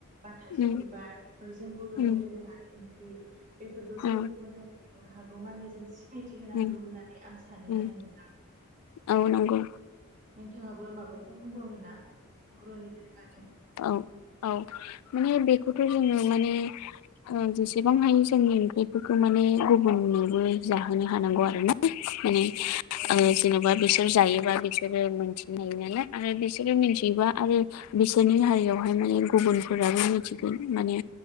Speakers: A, on the right; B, on the left.
A: बा थास'
B: उम
A: बिबार बेफोरजों बर'नि
B: उम
A: दोरोङारि ओंख्रि बेफोरखौ जोङो
B: औ
A: गुबुन हारिनि हागौमानि जों सिनायथि होनांगौ
B: उम
A: होननानै आं सानो
B: उम
A: आरो नोंथां
B: औ नंगौ
A: नोंथाङाबो माबाफोर बुंबावनो ना बर'नि दोरोङारि
B: औ-औ माने बेखौथ' जोङो माने ओ जेसेबां हायो जोंनि ओंख्रिफोरखौ माने गुबुननोबो जाहोनो हानांगौ आरो ना। माने
A: औ
B: ओ जेनेबा बिसोर जायोबा बिसोरो मोनथिनो हायो नालाय आरो बि बिसोरो मिथिबा आरो बिसोरनि हारियावहाय माने गुबुनफोराबो मिथिगोन माने